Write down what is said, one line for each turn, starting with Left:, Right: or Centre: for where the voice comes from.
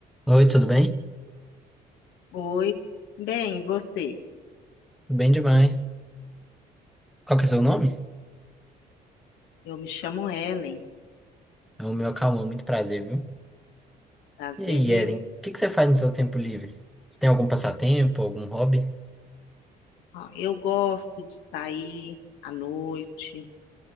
Centre: Oi, tudo bem?
Left: Oi, bem, e você?
Centre: Tudo Bem demais. Qual que é o seu nome?
Left: Eu me chamo Ellen,
Centre: É o meu Cauã, muito prazer, viu?
Left: prazer
Centre: E aí,
Left: é meu.
Centre: Ellen, o que que você faz no seu tempo livre? Você tem algum passatempo, algum hobby?
Left: Ó, Eu gosto de sair à noite,